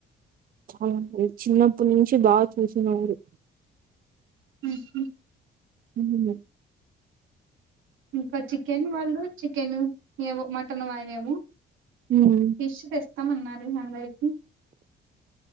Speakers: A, on the right (about 45°); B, on the right (about 85°).
A: ఔనండి చిన్నప్ నుంచి బాగ్ తెల్ శినా ఊరు
B: ఉమ్
A: హుహుమ్
B: ఇంకా చికెన్ వాళ్ళు చికెను ఏవో మటన్ వాయ్ వేవో
A: ఉమ్,
B: ఫిషు తెస్తామన్నారు అందర్ కీ